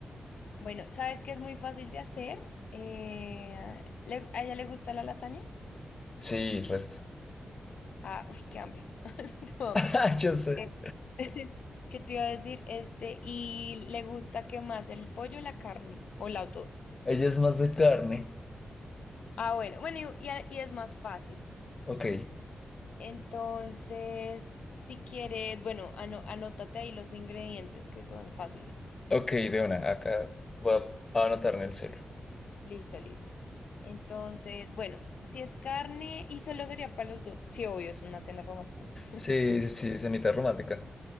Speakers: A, on the left (about 70°); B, on the left (about 25°).
A: Bueno, ¿sabes qué es muy fácil de hacer? Eh, ¿le- ¿a ella le gusta la lasaña?
B: Sí, resto.
A: Ah, uy, qué hambre. <laughs> Tengo hambre.
B: <laughs> Yo sé.
A: Eh, <laughs> ¿Qué te iba a decir? Este, ¿y le gusta qué más? ¿El pollo o la carne? ¿O las dos?
B: Ella es más de carne.
A: Ah, bueno, bueno, y, y- y es más fácil.
B: Ok,
A: Entonces, si quieres, bueno, ano- anótate ahí los ingredientes que son fáciles.
B: ok, de una. Acá voy a a anotar en el celu,
A: Listo, listo. Entonces, bueno, si es carne y solo sería para los dos. Sí, obvio, es una cena romántica. ¿no? <laughs>
B: Sí, sí, sí, cenita romántica.